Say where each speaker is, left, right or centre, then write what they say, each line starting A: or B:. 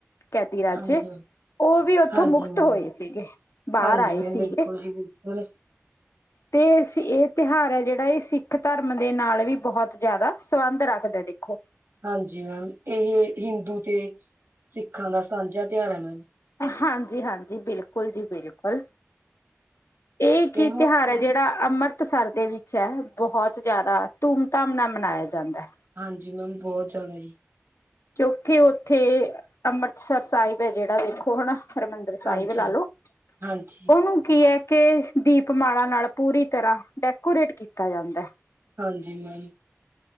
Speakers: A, on the left; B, on the right.
A: ਕਤੀ ਰਾਜੇ
B: ਹਾਂਜੀ,
A: ਉਹ ਵੀ ਉੱਥੋਂ
B: ਹਾਂਜੀ
A: ਮੁਕਤ
B: ਮੈਮ,
A: ਹੋਏ ਸੀਗੇ ਬਾਹਰ
B: ਹਾਂਜੀ
A: ਆਏ
B: ਮੈਮ
A: ਸੀਗੇ
B: ਬਿਲਕੁਲ ਜੀ ਬਿਲਕੁਲ।
A: ਤੇ ਇਹ ਤਿਉਹਾਰ ਹੈ ਜਿਹੜਾ ਇਹ ਸਿੱਖ ਧਰਮ ਦੇ ਨਾਲ ਵੀ ਬਹੁਤ ਜ਼ਿਆਦਾ ਸੰਬੰਧ ਰੱਖਦਾ ਦੇਖੋ
B: ਹਾਂਜੀ ਮੈਮ ਇਹ ਹਿੰਦੂ ਤੇ ਸਿੱਖਾਂ ਦਾ ਸਾਂਝਾ ਤਿਉਹਾਰ ਹੈ ਮੈਮ
A: ਹਾਂਜੀ ਹਾਂਜੀ ਬਿਲਕੁਲ ਜੀ ਬਿਲਕੁਲ ਇਹ
B: ਇਹਨੂੰ
A: ਕੀ ਤਿਉਹਾਰ ਹੈ ਜਿਹੜਾ ਅੰਮ੍ਰਿਤਸਰ ਦੇ ਵਿੱਚ ਹੈ ਬਹੁਤ ਜ਼ਿਆਦਾ ਧੂਮ ਧਾਮ ਨਾਲ ਮਨਾਇਆ ਜਾਂਦਾ ਹੈ
B: ਹਾਂਜੀ ਮੈਮ ਬਹੁਤ ਜ਼ਿਆਦਾ ਜੀ
A: ਕਿਉਥੇ ਉੱਥੇ ਅੰਮ੍ਰਿਤਸਰ ਸਾਹਿਬ ਹੈ ਜਿਹੜਾ ਦੇਖੋ ਹਨਾ ਹਰਿਮੰਦਰ ਸਾਹਿਬ
B: ਹਾਂਜੀ
A: ਲਾ ਲੋ
B: ਹਾਂਜੀ
A: ਉਹਨੂੰ ਕੀ ਹੈ ਕੇ ਦੀਪਮਾਲਾ ਨਾਲ ਪੂਰੀ ਤਰ੍ਹਾਂ ਡੈਕੋਰੇਟ ਕੀਤਾ ਜਾਂਦਾ ਹੈ।
B: ਹਾਂਜੀ ਮੈਮ